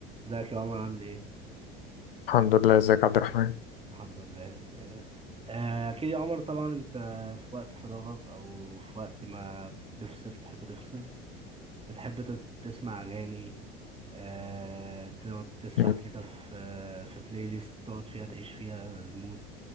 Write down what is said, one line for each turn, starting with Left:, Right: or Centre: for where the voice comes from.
Right: ازيك يا عمر عامل ايه؟
Left: الحمد لله ازيك يا عبد الرحمن
Right: الحمد لله آه، اكيد يا عمر طبعا انت في وقت فراغك او في وقت ما تفصل تحب تفصل بتحب تت- تسمع اغاني آه، تقعد تسرح
Left: مم.
Right: كده في في بلاي ليست تقعد فيها تعيش فيها المود